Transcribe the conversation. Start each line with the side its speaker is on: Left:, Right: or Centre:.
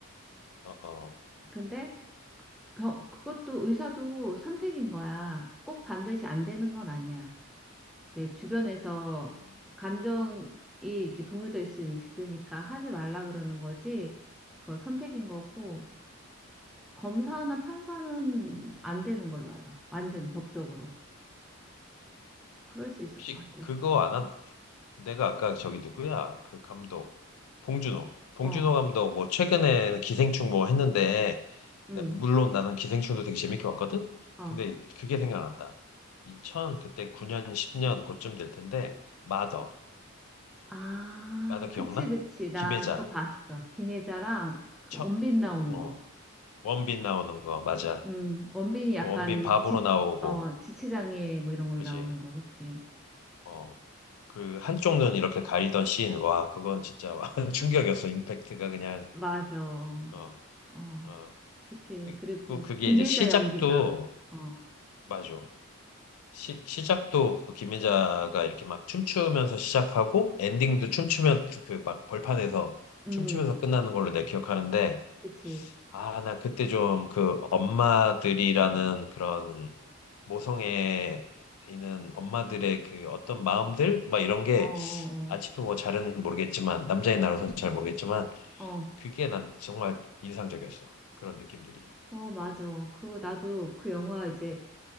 Left: 어, 어.
Centre: 근데 병- 그것도 의사도 선택인 거야. 꼭 반드시 안 되는
Left: 음,
Centre: 건 아니야. 이제 주변에서
Left: 음,
Centre: 감정이 이렇게 동요될 수 있으니까 하지 말라 그러는 거지.
Left: 음.
Centre: 그 선택인 거고
Left: 음.
Centre: 검사나 판사는 안 되는 걸로 알아. 완전히 법적으로. 그럴 수 있을
Left: 혹시
Centre: 것 같아.
Left: 그거 안 한, 내가 아까 저기 누구야? 그 감독 봉준호. 봉준호
Centre: 어,
Left: 감독 뭐 최근에 기생충 뭐 했는데 나-
Centre: 응,
Left: 물론 나는 기생충도 되게 재밌게 봤거든.
Centre: 어.
Left: 근데 그게 생각난다. 2000 그때 9년 10년 그쯤 될 텐데 마더
Centre: 아,
Left: 마더 기억나?
Centre: 그치, 그치. 나
Left: 김혜자
Centre: 그거 봤어. 김혜자랑 그
Left: 첫
Centre: 원빈 나오는
Left: 어,
Centre: 거.
Left: 원빈 나오는 거 맞아.
Centre: 음, 원빈이
Left: 그
Centre: 약간
Left: 원빈 바보로
Centre: 지,
Left: 나오고
Centre: 어, 지체장애 뭐 이런 걸로
Left: 그지?
Centre: 나오는 거, 그치?
Left: 어. 그 한쪽 눈 이렇게 가리던 씬, 와, 그건 진짜 <laughs> 충격이었어. 임팩트가 그냥
Centre: 맞아.
Left: 어.
Centre: 어,
Left: 어.
Centre: 그치. 그리고
Left: 그 그게
Centre: 김혜자
Left: 이제 시작도
Centre: 연기가, 어,
Left: 맞아. 시, 시작도 그 김민자가 이렇게 막 춤추면서 시작하고 엔딩도 춤추면 그 막 벌판에서
Centre: 음,
Left: 춤추면서 끝나는 걸로 내가 기억하는데
Centre: 그치.
Left: 아, 나 그때 좀 그 엄마들이라는 그런 모성애에 있는 엄마들의 그 어떤 마음들 막 이런 게
Centre: 어, 어,
Left: 아직도 뭐 잘은 모르겠지만 남자의 나로서는 잘 모르겠지만
Centre: 어, 어,
Left: 그게 난 정말 인상적이었어. 그런 느낌들이.
Centre: 어, 맞아. 그, 나도 그 영화 이제,